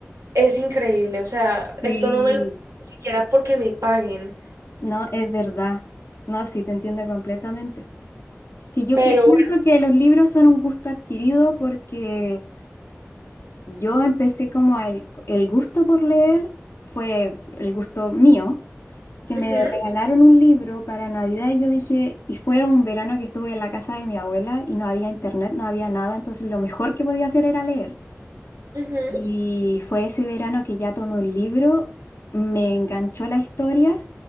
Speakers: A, on the right (about 85°); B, on the left (about 55°).
A: es increíble, o sea,
B: sí,
A: esto no me lo ni siquiera porque me paguen,
B: no, es verdad. No, sí, te entiendo completamente. Que yo
A: pero
B: cre- pienso que los libros son un gusto adquirido porque Yo empecé como el, el gusto por leer, fue el gusto mío, que me
A: bueno,
B: regalaron un libro para Navidad y yo dije, y fue un verano que estuve en la casa de mi abuela y no había internet, no había nada, entonces lo mejor que podía hacer era leer.
A: ujú, ujú.
B: Y fue ese verano que ya tomé un libro, me enganchó la historia